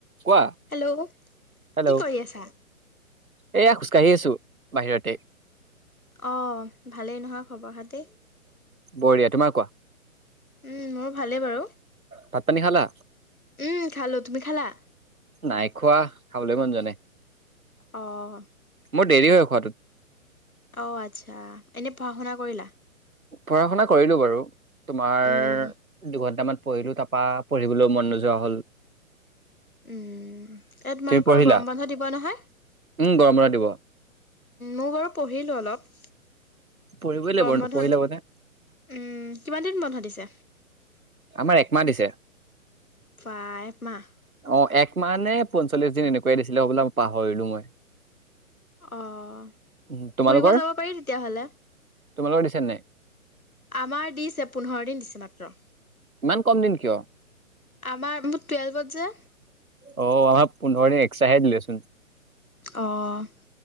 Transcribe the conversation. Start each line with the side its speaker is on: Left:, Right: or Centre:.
Right: কোৱা
Left: hello,
Right: hello
Left: কি কৰি আছা?
Right: এয়া খোজকাঢ়ি আছো বাহিৰতে।
Left: অ, ভালেই নহয় খবৰ খাটি?
Right: বঢ়িয়া, তোমাৰ কোৱা?
Left: উম, মোৰ ভালেই বাৰু। উম,
Right: ভাত পানী খালা
Left: খালোঁ। তুমি খালা?
Right: নাই খোৱা, খাবলৈ মন যোৱা নাই।
Left: অহ।
Right: মোৰ দেৰি হয় খোৱাটোত।
Left: অ ', আচ্ছা। এনে পঢ়া শুনা কৰিলা?
Right: পঢ়া-শুনা কৰিলো বাৰু। তোমাৰ,
Left: উম,
Right: দুঘন্টামান। পঢ়িলো, তাৰপৰা পঢ়িবলৈও মন নোযোৱা হ'ল।
Left: উম, এয়া তোমালোকৰ
Right: তুমি পঢ়িলা
Left: গৰম বন্ধ দিব নহয়?
Right: উম গৰম বন্ধ দিব
Left: মই বাৰু পঢ়িলোঁ অলপ।
Right: পঢ়িবই লাগিব
Left: গৰম
Right: নপঢ়িলে
Left: বন্ধত
Right: মানে
Left: উম', কিমান দিন বন্ধ দিছে?
Right: আমাৰ একমাহ দিছে।
Left: ফাইভ মাহ।
Right: অ ', এক মাহ নে পঞ্চল্লিশ- দিন এনেকুৱাই দিছিলে হবলা পাহৰিলো মই।
Left: অ',
Right: উম, তোমালোকৰ
Left: ফুৰিব যাব পাৰি তেতিয়াহলে?
Right: তোমালোকৰ দিছে নাই?
Left: আমাৰ দিছে, পোন্ধৰ-দিন দিছে মাত্ৰ।
Right: ইমান কম দিন কিয়?
Left: আমাৰ মোৰ টুৱেলভত যে,
Right: অ আমাৰ পোন্ধৰ দিন এক্সটা হে দিলেচোন।
Left: অ',